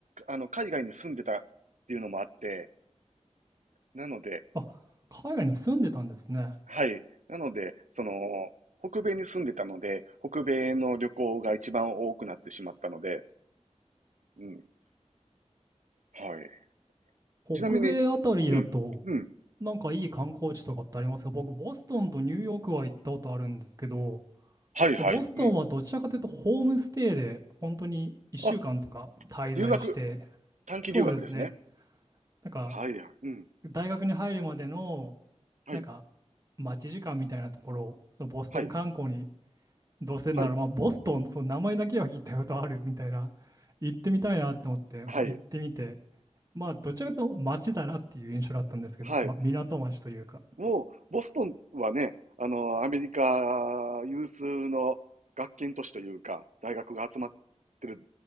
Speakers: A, on the right; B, on the right.
A: あの、海外に住んでたっていうのもあって、なので、
B: あ、海外に住んでたんですね。
A: はい。なので、その、北米に住んでたので、北米の旅行が一番多くなってしまったので、うん、はい。
B: 北米あたりだと、
A: ちなみに、うん、うん、
B: なんかいい観光地とかってありますか僕、ボストンとニューヨークは行ったことあるんですけど、
A: はいはい、
B: ボストンはどちらかというとホームステイで本当に1週間とか滞在して、
A: うん。あ、留学、短期留学ですね。
B: そうですね。なんか
A: はい、うん、
B: 大学に入るまでの
A: はい、
B: なんか待ち時間みたいなところをそのボストン観光に
A: はい、
B: どうせなら、
A: はい、
B: まあ、ボストン、その名前だけは聞いたことあるみたいな、行ってみたいなって思って、まあ、
A: はい、
B: 行ってみて、まあどちらかというと街だなっていう印象だったんですけど、
A: はい。
B: まあ、港町というか。
A: もう、ボストンはね、あの、アメリカ有数の学研都市というか、大学が集まってる、